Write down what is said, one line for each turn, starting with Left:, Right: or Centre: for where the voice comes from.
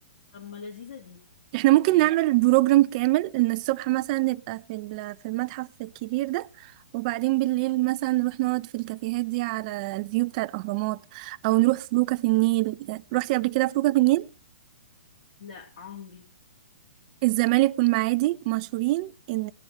Left: طب ما لذيذة دي
Right: احنا ممكن
Left: يعني
Right: نعمل بروجرام كامل ان الصبح مثلا نبقى في ال- في المتحف الكبير ده وبعدين بالليل مثلا نروح نقعد في الكافيهات دي على الفيو بتاع الاهرامات او نروح فلوكة في النيل روحتي قبل كده فلوكة في النيل
Left: لا عمري
Right: الزمالك والمعادي مشهورين ان